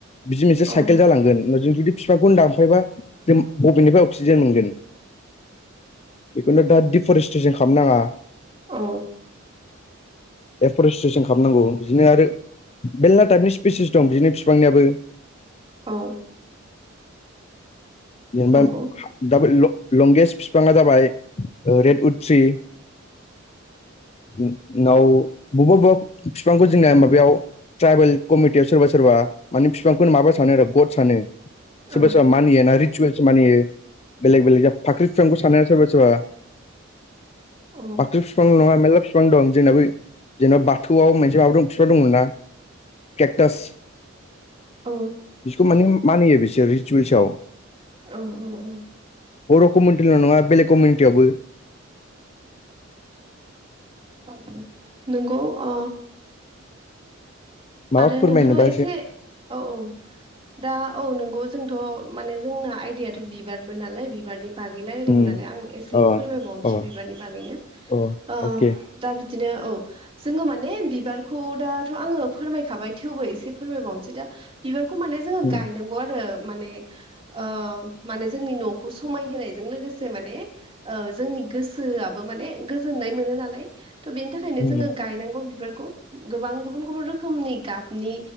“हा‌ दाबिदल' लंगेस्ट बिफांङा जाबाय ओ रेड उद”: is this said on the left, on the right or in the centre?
Left